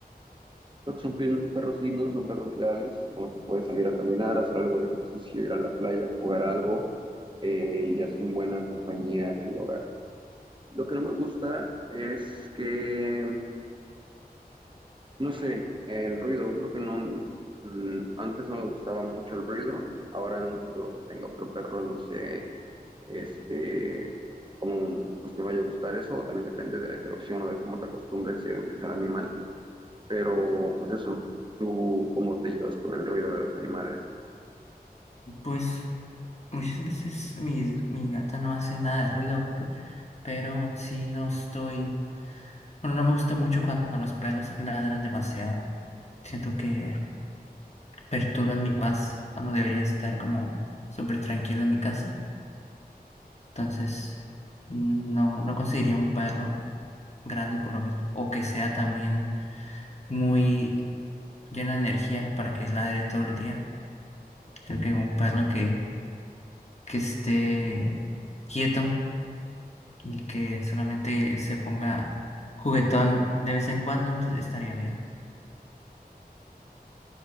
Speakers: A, on the right (about 30°); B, on the left (about 45°).
A: Creo que son pe- perros lindos, son perros leales, con los que puedes salir a caminar, hacer algo de ejercicio, ir a la playa, jugar algo, eh, y hacen buena compañía en el hogar. Lo que no me gusta es que, no sé, el ruido, creo que no, mm, antes no me gustaba mucho el ruido, ahora en un futuro que tenga otro perro, no sé, este, cómo pues me vaya a gustar eso, o también depende de la interacción o de cómo te acostumbres y eduques al animal, pero pues eso, tú cómo te llevas con el ruido de los animales.
B: Pues Muchas veces mi, mi gata no hace nada de ruido, pe- pero sí no estoy... Bueno, no me gusta mucho cuando los perros ladran demasiado. Siento que perturban mi paz cuando debería estar como súper tranquilo en mi casa. Entonces, no, no conseguiría un perro grande por lo mismo. O que sea también muy lleno de energía para que ladre todo el día. Creo que un perro que, que esté quieto y que solamente se ponga juguetón de vez en cuando, entonces estaría bien.